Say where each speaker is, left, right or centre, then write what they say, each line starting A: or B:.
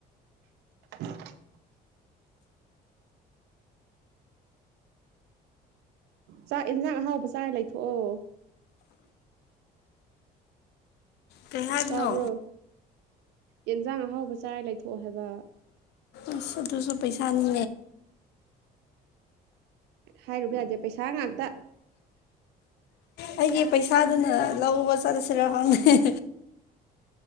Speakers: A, on the right; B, on the left.
A: <inaudible> ꯆꯠ ꯏꯟꯁꯥꯡ ꯑꯍꯥꯎꯕ ꯆꯥꯔ ꯂꯩꯊꯣꯛꯑꯣ
B: ꯄꯠꯅ
A: ꯇꯥꯕ꯭ꯔꯣ ꯌꯦꯟꯖꯥꯡ ꯑꯍꯥꯎꯕ ꯆꯥꯔ ꯂꯩꯊꯣꯛꯑꯣ ꯍꯥꯏꯕ
B: ꯑꯁ ꯑꯗꯨ ꯁꯣ ꯄꯩꯁꯥꯅꯤ
A: ꯍꯥꯏꯔꯨꯕ ꯌꯥꯗꯦ ꯄꯩꯁꯥ ꯉꯥꯛꯇ
B: ꯑꯩꯒꯤ ꯄꯩꯁꯥꯗꯨꯅ ꯂꯧꯕ ꯆꯠꯂꯁꯤꯔ ꯍꯪꯅ